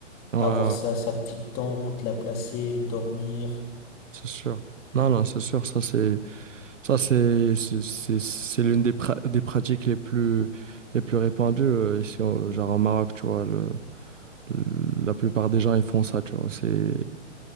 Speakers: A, on the right; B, on the left.
A: Ouais,
B: avoir
A: ouais,
B: sa, sa petite tente, la placer, dormir.
A: c'est sûr. Non, non, c'est sûr, ça c'est. Ça, c'est c'est c'est- c'est l'une des, pra- des pratiques les plus, les plus répandues euh, ici, au- genre au Maroc, tu vois. Le, le- la plupart des gens, ils font ça, tu vois. C'est, euh,